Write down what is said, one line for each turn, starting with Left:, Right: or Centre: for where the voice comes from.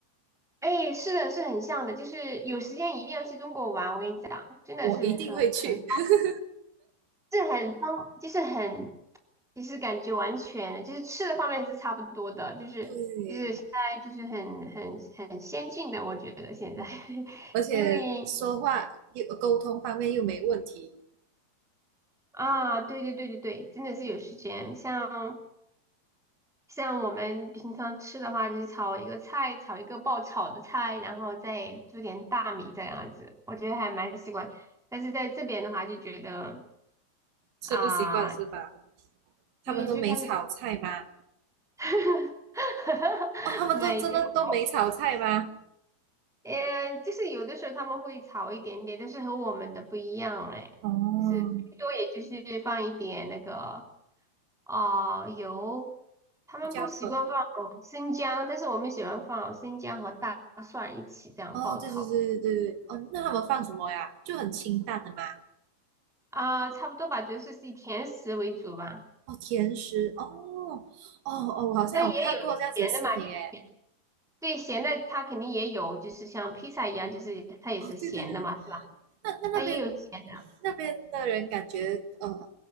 Centre: 哎，是的，是很像的，就是有时间一定要去中国玩，我跟你讲，真的是很很，
Right: 我一定会去。<laughs>
Centre: 是很方，就是很其实感觉完全就是吃的方面是差不多的，就是就是现在就是很很很先进的，
Right: 对，
Centre: 我觉得现在，
Right: 嗯，
Centre: <laughs>
Right: 而且说话又沟通方面又没问题，
Centre: 因为啊，对对对对对，真的是有时间，像像我们平常吃的话，就是炒一个菜，炒一个爆炒的菜，然后再煮点大米这样子，我觉得还蛮习惯。但是在这边的话，就觉得
Right: 吃不习惯是吧？
Centre: 啊，对，
Right: 他们都没炒菜吗？
Centre: 就开始 <laughs>
Right: 哦，他们都真的都没炒菜吗？
Centre: 没有。<laughs> 嗯，就是有的时候他们会炒一点点，但是和我们的不一样哎，
Right: 哦，
Centre: 就是最多也就是放一点那个啊、呃油，他们不习惯放生姜，
Right: 胡椒粉。
Centre: 但是我们喜欢放生姜和大蒜一起这样爆炒
Right: 哦，对对对对对对，哦，那他们放什么呀？就很清淡的嘛。
Centre: 啊、差不多吧，就是是以甜食为主吧，
Right: 哦，甜食。哦，哦哦，我好像有看过这样子的视频诶。
Centre: 但也有咸的嘛，就是咸对咸的它肯定也有，就是像披萨一样，就是它也是咸的嘛，
Right: 哦，对对对，
Centre: 是吧？
Right: 那那那边
Centre: 它也有咸的，
Right: 那边的人感觉呃